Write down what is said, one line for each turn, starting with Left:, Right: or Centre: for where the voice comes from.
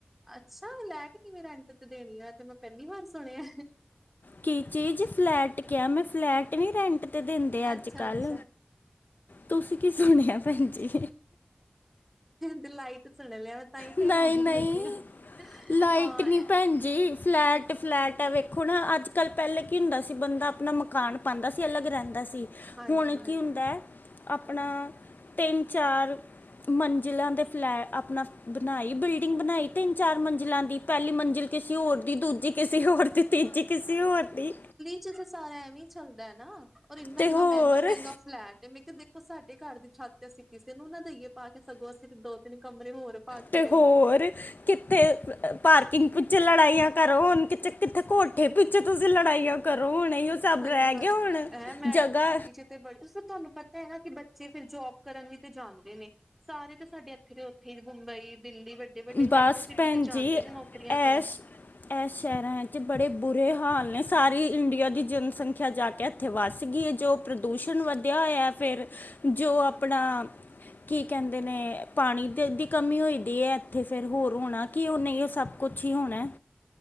Centre: ਅਛਾ ਲੈਟ ਕਿਵੇ ਰੈਂਟ ਤੇ ਦੇਣੀ ਆ ਤੇ ਮੈ ਪਹਿਲੀ ਵਾਰ ਸੁਣਿਆ।
Left: ਕੀ ਚੀਜ਼ ਫਲੈਟ ਕਿਹਾ ਮੈਂ, ਫਲੈਟ ਨੀਂ ਰੈਂਟ ਤੇ ਦਿੰਦੇ ਅਜ-ਕਲ
Centre: ਅੱਛਾ-ਅੱਛਾ
Left: ਤੁਸੀ ਕੀ ਸੁਣਿਆ ਭੈਣਜੀ
Centre: ਦੀ ਲਾਈਟ ਸੁਣ ਲਿਆ ਮੈ ਤਾਂ ਹੀ
Left: ਨਹੀਂ
Centre: ਹਰਾਨ
Left: ਨਹੀਂ
Centre: ਹੋਈ ਪਈ ਆਂ।
Left: ਲਾਈਟ
Centre: ਹਾਂ
Left: ਨਹੀਂ
Centre: ਇਹ
Left: ਭੈਣ ਜੀ ਫਲੈਟ-ਫਲੈਟ ਏ, ਵੇਖੋ ਨਾ ਅਜ-ਕਲ ਪਹਿਲਾਂ ਕੀ ਹੁੰਦਾ ਸੀ ਬੰਦਾ ਆਪਣਾ ਮਕਾਨ ਪਾਂਦਾ ਸੀ, ਅਲੱਗ ਰਹਿਦਾ ਸੀ।
Centre: ਹਾਂਜੀ-ਹਾਂਜੀ
Left: ਹੁਣ ਕੀ ਹੁੰਦਾ ਐ। ਆਪਣਾ ਤਿੰਨ ਚਾਰ ਮੰਜ਼ਿਲਾ ਦੇ ਫਲੈਟ ਆਪਣਾ ਬਣਾਈ ਬਿਲਡਿੰਗ ਬਣਾਈ, ਤਿੰਨ- ਚਾਰ ਮੰਜ਼ਿਲਾ ਦੀ, ਪਹਿਲੀ ਮੰਜ਼ਿਲ ਕਿਸੇ ਹੋਰ ਦੀ, ਦੂਜੀ- ਕਿਸੇ ਹੋਰ ਦੀ, ਤੀਜੀ ਕਿਸੇ ਹੋਰ ਦੀ-
Centre: ਉੱਥੇ ਤਾਂ ਸਾਰਾ ਐਵੇ ਹੀ ਚੱਲਦਾ ਹੈ ਨਾ- ਔਰ ਇੰਨਾ-
Left: ਤੇ
Centre: ਇੰਨਾ
Left: ਹੋਰ
Centre: ਮਹਿੰਗਾ- ਮਹਿੰਗਾ ਫਲੈਟ, ਮੈ ਕਿਹਾ ਦੇਖੋ ਸਾਡੇ ਘਰ ਦੀ ਛੱਤ ਅਸੀ ਕਿਸੇ ਨੂੰ ਨਾ ਦਈਏ- ਪਾ ਕੇ ਸਗੋਂ ਅਸੀ ਤੇ ਦੋ- ਤਿੰਨ ਕਮਰੇ ਹੋਰ ਪਾ ਕੇ
Left: ਤੇ
Centre: ਰਹੀਏ-
Left: ਹੋਰ ਕਿੱਥੇ ਪਾਰਕਿੰਗ ਪਿੱਛੇ ਲੜਾਈਆਂ ਕਰੋ, ਹੁਣ ਕਿ ਕਿਥੇ ਕੋਠੇ ਪਿੱਛੇ ਤੁਸੀ ਲੜਾਈਆਂ। ਕਰੋ ਹੁਣ, ਉਹ ਸਭ
Centre: ਸਹੀ
Left: ਰਹਿ
Centre: ਗੱਲ
Left: ਗਿਆ ਹੁਣ,
Centre: ਐ ਮੈਟਰੋ
Left: ਜਗ੍ਹਾ।
Centre: ਸਿਟੀ ਚ ਤੇ ਬੜੇ ਤੁਹਾਨੂੰ ਪਤਾ ਹੈ ਨਾ, ਕਿ ਬੱਚੇ ਫਿਰ ਜੋਬ ਕਰਨ ਵੀ ਤੇ ਜਾਦੇ ਨੇ- ਸਾਰੇ ਤਾਂ ਸਾਡੇ ਇਥੇ ਦੇ ਉਥੇ ਹੀ ਮੁੰਬਈ- ਦਿੱਲੀ ਵੱਡੇ- ਵੱਡੇ
Left: ਬਸ
Centre: ਮੈਟਰੋ ਸਿਟੀ
Left: ਭੈਣ
Centre: ਤੇ ਜਾਂਦੇ
Left: ਜੀ
Centre: ਨੇ ਨੌਕਰੀਆਂ
Left: ਐਸ
Centre: ਕਰਨ-
Left: ਇਹ ਸ਼ਹਿਰਾਂ ਵਿਚ ਬੜੇ ਬੁਰੇ ਹਾਲ ਨੇ, ਸਾਰੀ ਇੰਡੀਆ ਦੀ ਜਨਸੰਖਿਆ ਜਾ ਕੇ ਇਥੇ ਵਸ ਗਈ। ਜੋ ਪ੍ਰਦੂਸ਼ਣ ਵਧਿਆ ਹੋਇਆ ਫਿਰ, ਜੋ ਆਪਣਾ।
Centre: ਹਾਂ
Left: ਕੀ ਕਹਿੰਦੇ ਨੇ, ਪਾਣੀ ਦੇ ਦੀ ਕਮੀ ਹੋਈ- ਤੇ ਇਥੇ ਫੇਰ ਹੋਰ ਹੋਣਾ ਕਿ ਉਹ ਨਹੀ ਉਹ ਸਭ ਕੁਛ ਹੀ ਹੋਣਾ।